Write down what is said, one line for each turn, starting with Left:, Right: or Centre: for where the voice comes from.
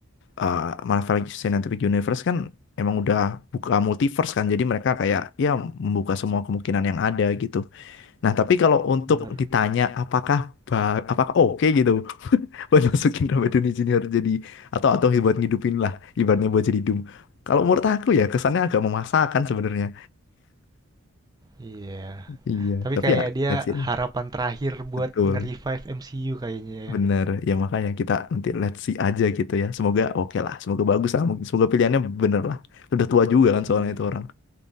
Left: eh, Marvel Cinematic Universe kan emang udah buka multiverse kan. Jadi mereka kayak ya membuka semua kemungkinan yang ada gitu. Nah, tapi kalau untuk
Right: bener.
Left: ditanya apakah ba- apakah oke gitu buat masukin Robert Downey Junior jadi atau atau buat ngidupin lah ibaratnya buat jadi Doom. Kalau menurut aku ya kesannya agak memaksakan sebenarnya.
Right: Iya. yeah,
Left: Iya,
Right: Tapi
Left: tapi
Right: kayak
Left: ya
Right: dia
Left: let's see lah.
Right: harapan terakhir buat
Left: Betul.
Right: nge-revive MCU kayaknya
Left: Bener.
Right: ya.
Left: Ya makanya kita nanti let's see aja gitu ya. Semoga oke lah, semoga bagus lah. Mungkin- Semoga pilihannya bener lah. Udah tua juga kan
Right: Hmm,
Left: soalnya itu orang.